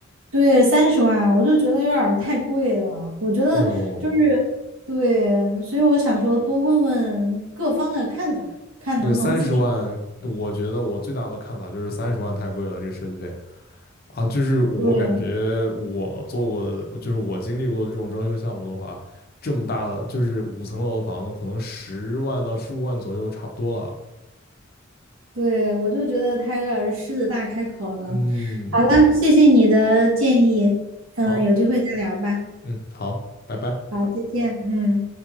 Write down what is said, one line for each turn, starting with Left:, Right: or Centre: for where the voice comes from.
Right: 对三十万我就觉得有点儿太贵了，我觉得就是
Left: 哎呦，
Right: 对，所以我想说多问问各方的看法，看能不能自己改
Left: 对，三十万，我觉得我最大的看法就是三十万太贵了，这个设计费。啊，就是我感觉我做过的，
Right: 对。
Left: 就是我经历过的这种装修项目的话，这么大的就是五层楼的房子，可能十万到十五万左右差不多了。
Right: 对，我就觉得他有点儿狮子大开口了。
Left: 嗯，
Right: 好了，谢谢你的建议，嗯，
Left: 好，
Right: 有机会再聊吧。
Left: 嗯，好，拜拜。
Right: 好，再见，嗯。